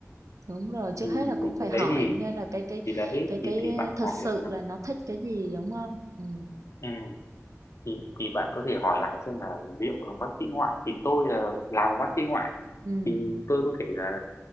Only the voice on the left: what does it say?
thì,
thì
cái
đấy thì
thì đấy
thì
thì bạn
hỏi
là
ừ, thì thì bạn có thể hỏi lại xem là liệu làm bác sĩ ngoại thì tôi là làm bác sĩ ngoại
thì tôi có thể là